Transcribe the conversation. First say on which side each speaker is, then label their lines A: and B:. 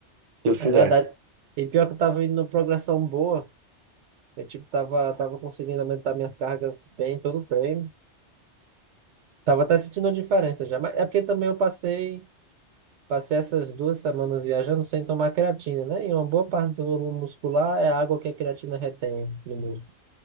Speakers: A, on the right; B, on the right.
A: Se Deus
B: É
A: quiser.
B: verdade. E pior que eu tava indo numa progressão boa. Eu, tipo, tava, tava conseguindo aumentar minhas cargas bem em todo o treino. Tava até sentindo uma diferença já. Mas é porque também eu passei, passei essas duas semanas viajando sem tomar creatina, né? E uma boa parte do volume muscular é a água que a creatina retém no músculo.